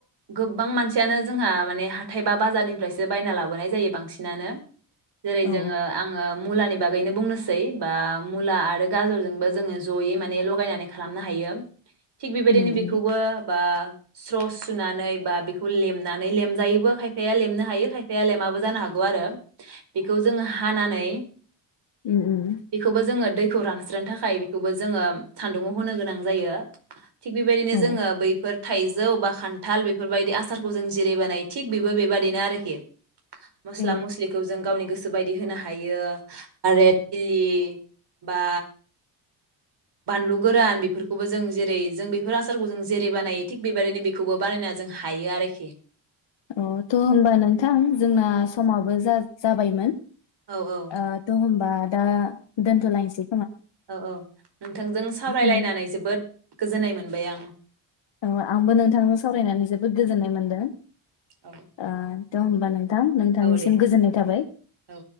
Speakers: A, on the right; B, on the left.
A: गोबां मानसियानो जोंहा माने हाथाइ बा बाजारनिफ्रायसो बायना लाबोनाय जायो बांसिनानो जेरै
B: औ
A: जोङो आङो मुलानि बागैनो बुंनो सा सै बा मुला आरो गाजरजोंबो जोङो जयै माने लगायनानै खालामनो हायो थिग बेबायदिनो
B: उम
A: बेखौबो
B: उम
A: बा स्र'स सुनानै बा बेखौ लेमनानै लेमजायोबो खायफाया लेमनो हायो खायफाया लेमाबो जानो हागौ आरो बेखौ जोङो हानानै
B: उम उम
A: बेखौबो जोङो दै खौ रानस्रोनो थाखाय बेखौबो जोङो सान्दुंङाव होनो गोनां जायो थिग बेबायदिनो
B: औ
A: जोङो बैफोर थाइजौ बा खान्थाल बेफोरबायदि आसारखौ जों जिरायबोनायो थिग बेबो बेबादिनो आरोखि मस्ला
B: औ
A: मस्लिखौ जों गावनि गोसो गोसो बायदि होनो हायो आरो <unintelligible> बा बानलु गोरान बेफोरखौबो जों जेरै जों बेफोर आसारखौ जों जेरै बानायो थिग बेबायदिनो बेखौबो बानायना जों हायो आरोखि
B: अ थ' होमबा नोंथां जोंना समाबो जा-जाबायमोन
A: औ औ
B: आ थ' होनबा दा दोनथ'लायनिसै
A: औ औ नोंथांजों सावरायलायनानै
B: नों
A: जोबोद गोजोननाय मोनबाय आं
B: अ आंबो नोंथांनो सावरायनानै जोबोद गोजोननाय मोन्दों आ
A: औ
B: थ' होनबा नों थां नोंथांनिसिम
A: औ दे
B: गोजोननाय थाबाय
A: औ